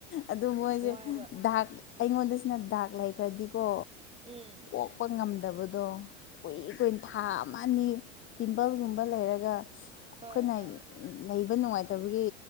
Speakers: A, on the left (about 35°); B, on the right (about 15°).
A: ꯑꯗꯨ ꯃꯣꯏꯁꯦ
B: ꯋꯥꯏꯕ
A: ꯗꯥꯛ ꯑꯩꯉꯣꯟꯗꯁꯤꯅ ꯗꯥꯛ ꯂꯩꯈ꯭ꯔꯗꯤꯀꯣ
B: ꯎꯝ
A: ꯑꯣꯛꯄ ꯉꯝꯗꯕꯗ ꯑꯗꯣ ꯀꯨꯏ ꯀꯨꯏꯅ ꯊꯥ ꯑꯃꯅꯤ ꯑ ꯄꯤꯝꯄꯜꯒꯨꯝꯕ ꯂꯩꯔꯒ ꯑꯩꯈꯣꯏꯅ
B: ꯍꯣꯏ ꯍꯣꯏ
A: ꯂꯩꯕ ꯅꯨꯡꯉꯥꯏꯇꯕꯒꯤ